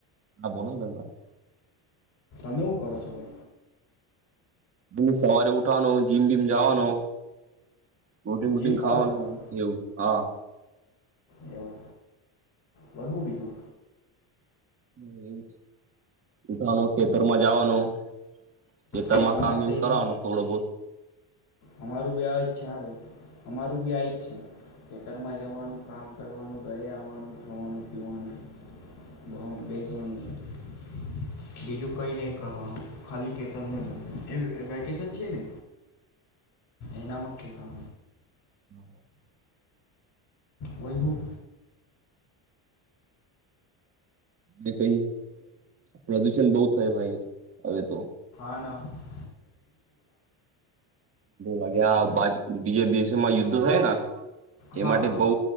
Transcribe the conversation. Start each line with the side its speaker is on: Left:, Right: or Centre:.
Right: હા બોલોન તમ ભાઈ.
Left: તમેવું કરો છોલે?
Right: અ સવારે ઉઠવાનો જીમ બીમ જવાનો. રોટિંગ બુટીગ
Left: જીમ કરો
Right: ખાવાનું
Left: છો તમે
Right: એવું હા.
Left: એવું બહું બીજું.
Right: એવું છે ઉઠવાનું ખેતરમાં જવાનું. ખેતર
Left: હા
Right: માં
Left: અમારે
Right: કામ
Left: ત્યાં
Right: એમ કરવાનું
Left: બી
Right: થોડો બહુ.
Left: અમારું બી આવી છે હા ભાઈ અમારું બી આ જ છે. ખેતરમાં જવાનું કામ કરવાનું ઘરે આવવાનું ખવાનું પીવાનું બેસવાનું ઘ બીજું કઈ નહી કરવાનું ખાલી ખેતરમાં જવાનું વેકેશન છે ને. એનામાં કેતા
Right: હમ.
Left: વહી હું
Right: જે કઈ પ્રદુષણ બહુ થાય ભાઈ હવે તો.
Left: તના <unintelligible>
Right: લાગ્યા બીજે દિવસ માં યુદ્ધ થાય ને. એ
Left: હા
Right: માટે
Left: હા
Right: બઉ
Left: હા